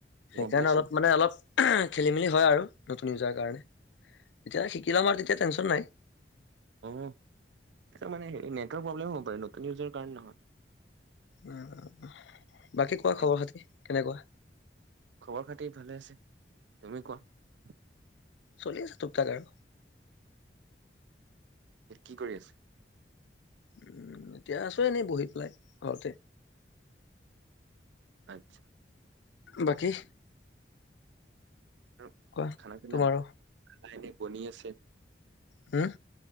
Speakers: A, on the left; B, on the right.
A: সেইকাৰণে
B: গম পাইছো
A: অলপ মানে অলপ খেলি মেলি হয় আৰু নতুন ইউজাৰ কাৰণে যেতিয়া শিকি লম আৰু তেতিয়া টেনশন নাই
B: অঁ মানে এই নেটৱৰ্ক প্ৰব্লেম হ'ব পাৰে নতুন ইউজৰ কাৰণে নহয়
A: উমম বাকী কোৱা
B: আৰু
A: খবৰ খাতি কেনেকুৱা
B: খবৰ খাতি ভালে আছে তুমি কোৱা
A: চলি আছে টোকতাক আৰু
B: কি কৰি আছে
A: উম এতিয়া আছো এনেই বহি পেলাই ঘৰতে
B: আত্ছা
A: বাকী
B: উ
A: কোৱা
B: খানা পিনা
A: তোমাৰো
B: নাই নাই বনায় আছে
A: হম